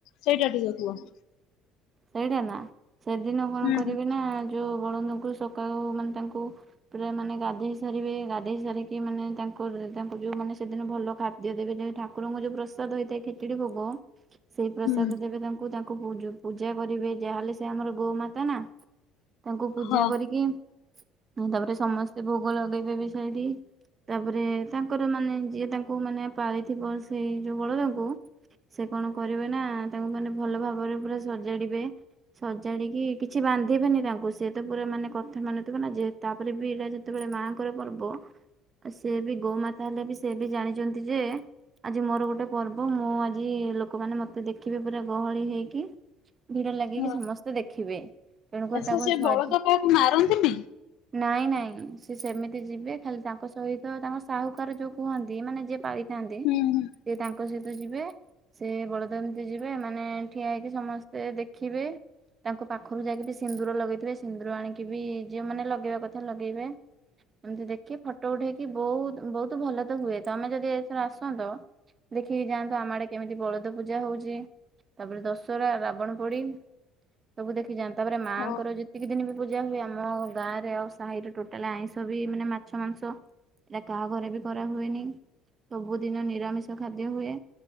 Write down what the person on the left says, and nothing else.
ସେଇଟା ଟିକେ କୁହ।
ହୁଁ
ହୁଁ।
ହୁଁ।
ହଁ
ହଁ
ଆଚ୍ଛା
ସେ
ବଳଦ କାହାକୁ ମାରନ୍ତିନି?
ହୁଁ ହୁଁ।
ହଁ